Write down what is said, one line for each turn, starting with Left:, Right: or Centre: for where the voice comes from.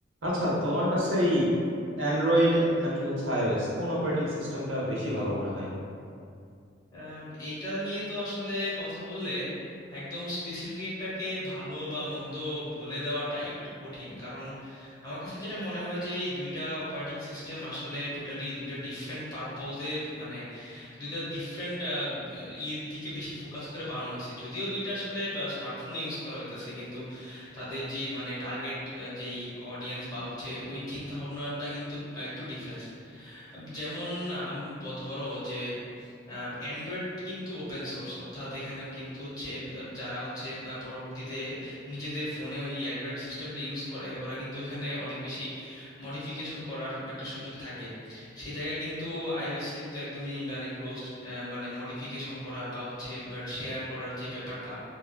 Right: আচ্ছা তোমার কাছে এই অ্যান্ড্রয়েড নাকি হচ্ছে আইওএস কোন অপারেটিং সিস্টেমটা বেশি ভালো মনে হয়
Left: আম, এটা নিয়ে তো আসলে কথা বললে একদম স্পেসিফিক একটাকে ভালো বা মন্দ বলে দেওয়াটা একটু কঠিন কারণ আমার কাছে যেটা মনে হয় যে এই দুইটা অপারেটিং সিস্টেম আসলে টোটালি দুইটা ডিফারেন্ট পারপোজে মানে দুইটা ডিফারেন্ট ইয়ের দিকে বেশি ফোকাস করে বানানো হয়েছে যদিও দুইটা আসলে স্মার্টফোনে ইউজ করা হইতেছে কিন্তু তাদের যেই মানে টার্গেট যেই অডিয়েন্স বা হচ্ছে ওই চিন্তা ভাবনাটা কিন্তু আহ, একটু ডিফারেন্স যেমন আম, ব- ধরো যে অ্যান্ড্রয়েড কিন্তু ওপেন সোর্স অর্থাৎ এখানেও কিন্তু হচ্ছে আহ, যারা হচ্ছে আহ, পরবর্তীতে নিজেদের ফোনে ওই অ্যান্ড্রয়েড সিস্টেমটা ইউজ করে ওরা কিন্তু ওইখানে অনেক বেশি মডিফিকেশন করার একটা সুযোগ থাকে সেই জায়গায় কিন্তু আইওএস কিন্তু একদমই মানে ক্লোজড মানে মডিফিকেশন করার বা হচ্ছে শেয়ার করার যে ব্যাপারটা